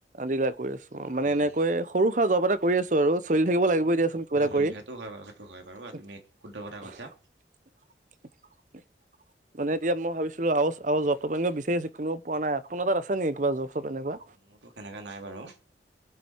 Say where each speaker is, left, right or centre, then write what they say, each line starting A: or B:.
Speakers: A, on the right; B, on the right.
A: ডিলাৰত কৰি আছো আৰু মানে
B: উম
A: এনেকৈ সৰু-সুৰা জব এটা কৰি আছো আৰু চলি থাকিব লাগিবই দিয়াচোন কিবা
B: উম
A: এটা
B: উম
A: কৰি।
B: সেইটো হয় বাৰু সেইটো হয় বাৰু
A: <unintelligible>
B: তুমি শুদ্ধ কথা কৈছা।
A: মানে এতিয়া মই ভাবিছিলো আৰু আৰু জব-তব এনেও বিচাৰি আছোঁ কিন্তু পোৱা নাই। আপোনাৰ তাত আছে নেকি কিবা জব? চব এনেকুৱা
B: মোৰতো সেনেকা নাই বাৰু